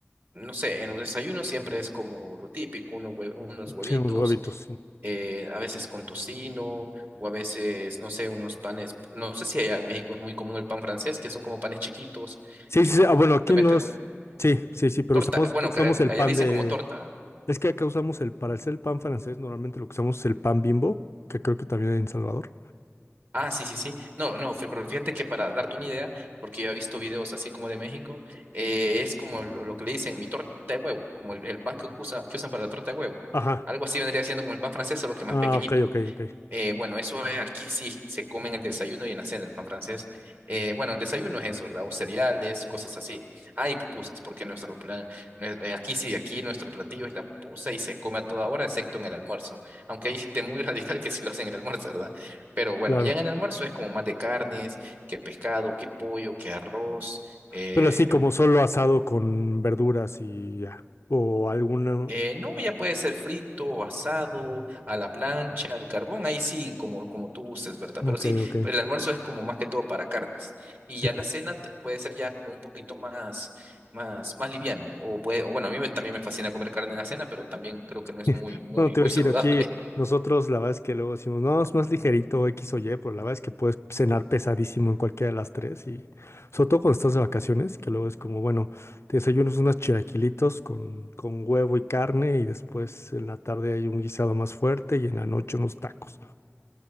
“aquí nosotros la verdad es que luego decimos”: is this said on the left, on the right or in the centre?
Left